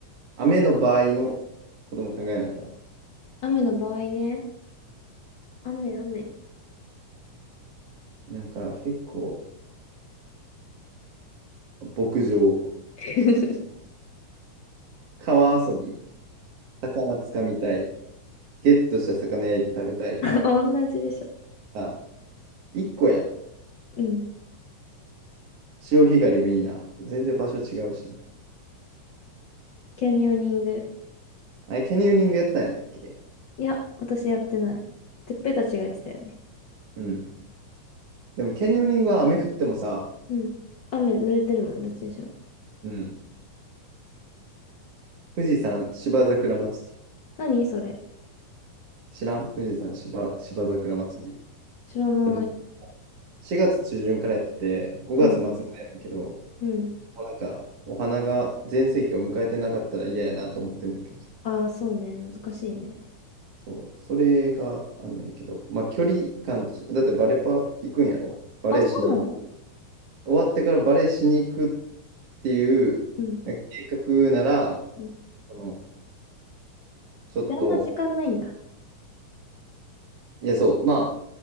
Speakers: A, on the right; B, on the left.
A: 雨の場合のことも考えないと。
B: 雨の場合ね。雨、雨。
A: なんか結構、牧場、
B: <laughs>
A: 川遊び、魚つかみたい、ゲットした魚焼いて食べたい。
B: 同じでしょ。
A: あ、一個やん。
B: うん。
A: 潮干狩りもいいな。全然場所違うしな。
B: キャニオニング。
A: あれ、キャニオニングやったんやったっけ
B: いや、私やってない。てっぺたちがやってたよね。
A: うん。でもキャニオニングは雨降ってもさ、
B: うん。雨濡れてるもん、どっちにしろ。
A: うん。富士山芝桜祭り。
B: 何それ
A: 知らん富士山芝、芝桜祭り。
B: 知らない。
A: でも4月中旬からやってて、5月末までやねんけど、
B: うん。
A: も
B: うん。
A: うなんか、お花が全盛期を迎えてなかったら嫌やなと思ってんねんけどさ。
B: ああ、そうね。難しいね。
A: そう、それがあんねんけど、まあ距離感として、だってバレパ行くんやろバレーしに、
B: あ、そうなの
A: 終わってからバレーしに行くっていう、
B: うん。
A: なんか計画なら、
B: うん
A: その、ちょっと、
B: でああんま時間ないんだ。
A: いやそう、まあ、